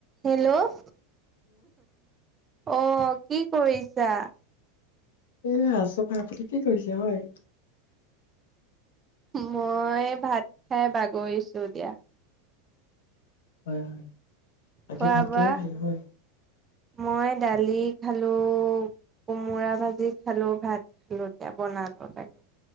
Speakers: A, on the right; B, on the left.
A: Hello. অ', কি কৰিছা?
B: এ আছো ভাই, আপুনি কি কৰিছে হয়?
A: মই ভাত খাই বাগৰিছো দিয়া।
B: হয়, হয়। বাকী
A: খোৱা
B: ভাত
A: বোৱা?
B: কিহে খালে হয়?
A: মই দালি খালো, কোমোৰা ভাজি খালো ভাত খালো দতিয়া বনালো তাগে।